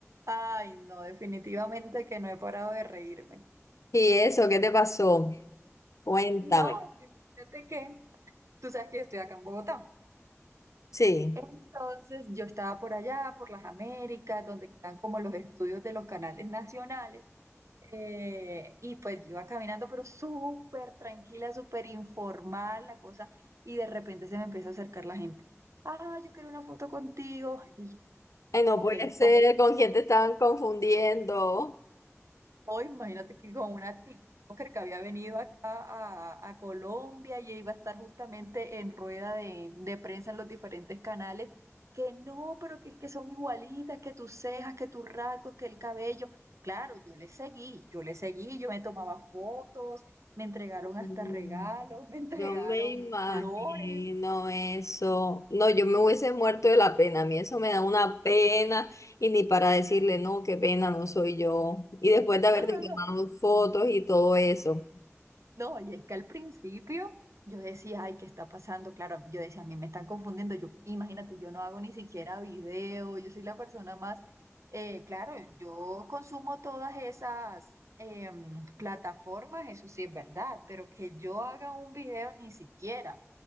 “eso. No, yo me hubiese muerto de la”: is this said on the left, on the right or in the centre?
Left